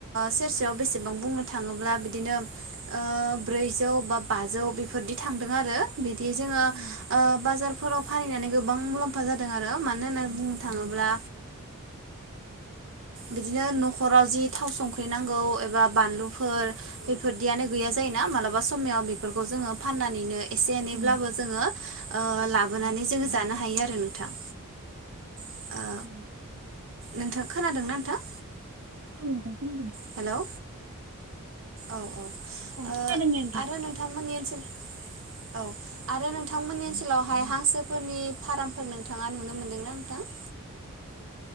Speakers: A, on the right; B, on the right.
A: सेर सेयाव बेसे बां बुंनो थाङोब्ला बिदिनो ओ ब्रैजौ बा बाजौ बेफोरदि थांदों आरो बि दि जोङो
B: औ
A: बाजार फोराव फानहैनानै गोबां मुलाम्फा जादों आरो मानो होननानै बुंनो थाङोब्ला बिदिनो न'खराव जि थाव संख्रि नांगौ एबा बानलुफोर बेफोरदियानो गैया जायोना मालाबा समाव बेफोरखौ जोङो फाननानैनो एसे एनैब्लाबो
B: औ
A: जोङो लाबोनानै जोङो जानो हायो आरो नोंथां। ओ
B: औ
A: नोंथां खोनादोंना नोंथां?
B: औ नोंथां खोनादों।
A: हेलौ औ औ
B: खोनादों दे नोंथां।
A: आरो नोंथांमोननि ओनसोल औ आरो नोंथांमोननि ओनसोलावहाय हांसोफोरनि फारामफोर नोंथाङा नुनो मोनदोंना नोंथां? <inaudible>